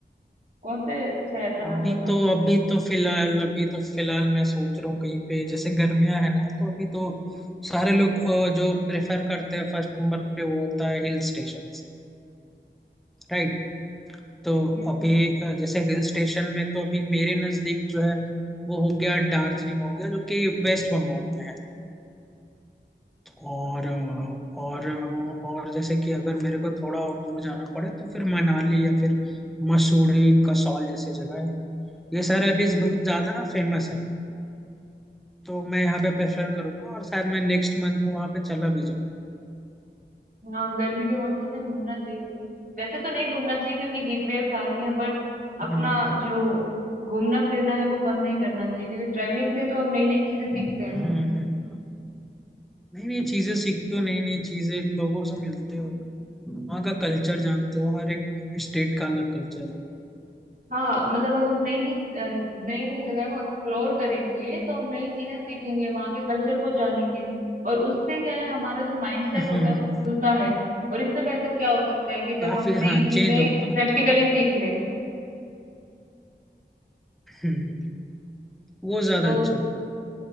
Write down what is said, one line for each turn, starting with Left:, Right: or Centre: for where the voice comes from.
Right: कौन से शहर का नाम
Centre: अभी
Right: बताओगे
Centre: तो अभी तो फिलहाल अभी तो फिलहाल मैं सोच रहा हूँ कहीं पे जैसे गर्मियां है ना तो अभी तो सारे लोग अ, जो प्रेफर करते हैं फर्स्ट नंबर पे वो होता है हिल स्टेशन राइट तो
Right: ये
Centre: अभी अ, जैसे हिल स्टेशन में तो अभी मेरे नजदीक जो है वो हो गया दार्जिलिंग हो गया जो कि वेस्ट बंगाल में है और अ, और अ, और जैसे कि अगर मेरे को थोड़ा और दूर जाना पड़े तो फिर मनाली या फिर मसूरी कसौल जैसी जगह है ये सारे अभी इस- मतलब ज्यादा फेमस है तो मैं यहाँ पे प्रेफर करूंगा और शायद मैं नेक्स्ट मंथ वहां पे चला भी जाऊँ
Right: हाँ गर्मी के मौसम में घूमना चाहिए वैसे तो नहीं घूमना चाहिए क्योंकि हीट वेव्स आ रही हैं बट
Centre: हम्म
Right: अपना जो घूमना फिरना है वो बंद नहीं करना चाहिए क्योंकि ट्रेवलिंग से तो हम नई नई चीजें सीखते
Centre: हम्म
Right: हैं
Centre: हम्म हम्म। नई नई चीजें सीखते हो नई नई चीजें लोगों से मिलते हो वहाँ का कल्चर जानते हो हर एक स्टेट का अलग कल्चर है
Right: हाँ मतलब अगर हम नई नई नई नई जगह को एक्सप्लोर करेंगे तो हम नई चीजें सीखेंगे वहाँ के कल्चर को जानेंगे और उससे क्या है हमारा जो माइंडसेट
Centre: हम्म
Right: होता है वो खुलता है और इससे बेहतर क्या हो सकता है कि जब
Centre: काफी
Right: हम नई
Centre: हाँ
Right: चीजें
Centre: चेंज होता
Right: प्रैक्टिकली
Centre: है
Right: सीख लें
Centre: हम्म वो ज्यादा
Right: तो
Centre: अच्छा होता